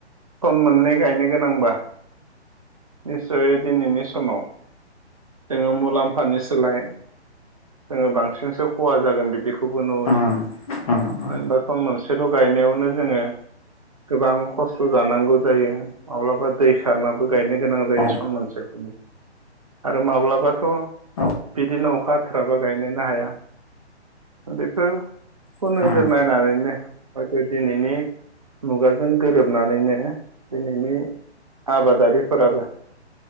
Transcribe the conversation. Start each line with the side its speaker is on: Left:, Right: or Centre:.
Right: खन मोननै गायनो गोनांबा निस्सय दिनैनि समाव जोङो मुलाम्फानि सोलाय जोङो बांसिनसो खहा जागोन बिदिखौ खौबो नुहुरो
Left: उम
Right: मानो
Left: उम उम
Right: होनबा खन मोनसेल' गायनायावनो जोङो गोबां खस्थ' जानांगौ जायो माब्लाबा दै सारनाबो गायनो गोनां जायो
Left: औ
Right: सन मोनसेखौनो आरो माब्लाबाथ'
Left: औ
Right: बिदिनो अखा खाबा गायनोनो हाया बेफोरखौ
Left: उम
Right: नोजोर नायनानैनो हयथ' दिनैनि मुगाजों गोरोबनानैनो दिनैनि आबादारिफोराबो